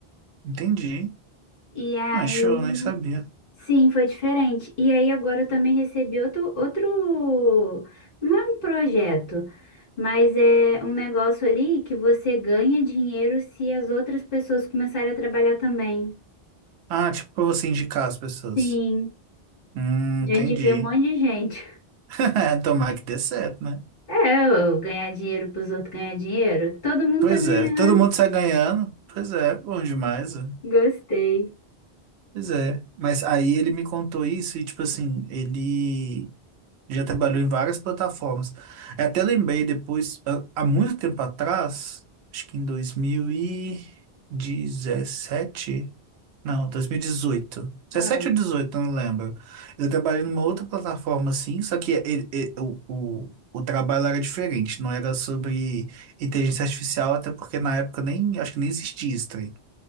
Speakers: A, on the right (about 80°); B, on the left (about 60°).
A: Entendi.
B: e aí,
A: Ah, show, nem sabia.
B: sim, foi diferente, e aí agora eu também recebi outro, outro, não é um projeto, mas é um negócio ali que você ganha dinheiro se as outras pessoas começarem a trabalhar também,
A: Ah, tipo para você indicar as pessoas.
B: sim,
A: Hum,
B: já
A: entendi.
B: indiquei um monte de gente.
A: <laughs> Tomara que dê certo, né?
B: É, eu ganhar dinheiro pros outros ganhar dinheiro. Todo mundo
A: Pois
B: tá ganhando.
A: é, todo mundo sai ganhando. Pois é, bom demais. é.
B: Gostei.
A: Pois é. Mas aí ele me contou isso e, tipo assim, ele. Já trabalhou em várias plataformas. Eu até lembrei depois, há há muito tempo atrás, acho que em dois mil e dezessete não, dois mil e dezoito dezessete
B: Ah,
A: ou dezoito não lembro. Eu trabalhei numa outra plataforma assim, só que ele- ele- o, o, o trabalho era diferente, não era sobre inteligência artificial, até porque na época nem, acho que nem existia isso, trem,